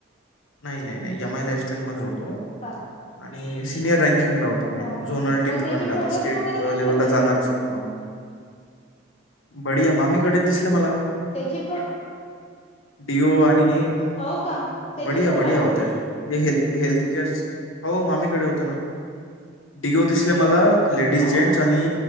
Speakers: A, on the left; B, on the left.
A: नाही नाही नाही एम आय लाईफस्टाईल मध्ये होतो.
B: का
A: आणि सिनियर रँकिंगला होतो मी.
B: ह ह
A: झोनल टीम
B: मग त्याचे
A: पण.
B: प्रोडक्ट्स
A: आता स्टेट
B: वगैरे कसे
A: लेवल
B: होते
A: ला जाणारच होतो. मला- बढीया. मामीकडेच दिसल मला.
B: त्याची-
A: डिओ <unintelligible>
B: हो का त्याचे
A: बढिया
B: प्रोडक्ट
A: बढिया होतय. ल् हेल्थकेअर. हो, मामीकडे होतो ना. डीओ दिसले मला- लेडीज
B: हो
A: जेंट्स
B: का
A: आणि